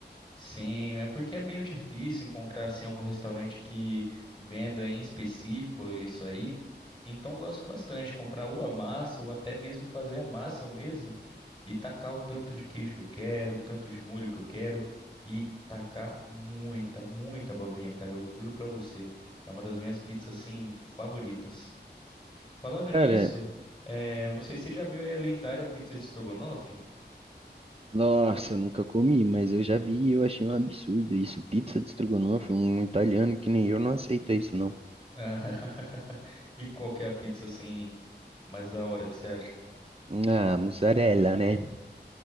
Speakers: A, on the left; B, on the right.
A: Sim, é porque é meio difícil encontrar assim algum restaurante que venda em específico isso aí. Então gosto bastante de comprar ou a massa ou até mesmo fazer a massa eu mesmo e tacar o tanto de queijo que eu quero, o tanto de molho que eu quero e tacar muita, muita abobrinha, cara, eu juro pra você. É uma das minhas pizzas assim favoritas. Falando
B: Cara,
A: nisso, eh, eu não sei se você já viu aí a lendária pizza de estrogonofe.
B: Nossa, eu nunca comi, mas eu já vi e eu achei um absurdo isso. Pizza de estrogonofe, um italiano que nem eu não aceita isso, não.
A: <laughs> E qual que é a pizza assim mais da hora que você acha?
B: Ah, mussarela, né?